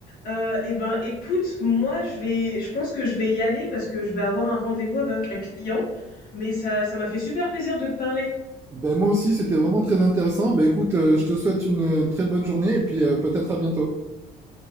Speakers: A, on the left (about 60°); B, on the right (about 15°).
A: Heu et ben écoute, moi je vais je pense que je vais y aller parce que je vais avoir un rendez-vous avec un client, mais ça ça m'a fait super plaisir de te parler.
B: Ben, moi aussi, c'était vraiment très intéressant. Ben, écoute, euh, je te souhaite une euh, très bonne journée et puis euh, peut-être à bientôt.